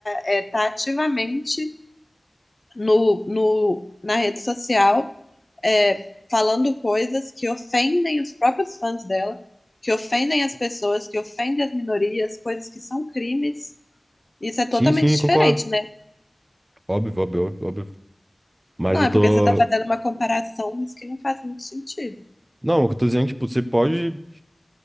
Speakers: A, on the left; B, on the right.
A: estar ativamente no, no, na rede social é, falando coisas que ofendem os próprios fãs dela, que ofendem as pessoas, que ofendem as minorias, coisas que são crimes. Isso é totalmente
B: Sim, sim,
A: diferente,
B: concordo.
A: né?
B: Óbvio, óbvio, óbvio. Mas
A: Não,
B: eu
A: é
B: tô
A: porque você está fazendo uma comparação, mas que não faz muito sentido.
B: Não, o que eu tô dizendo, tipo, você pode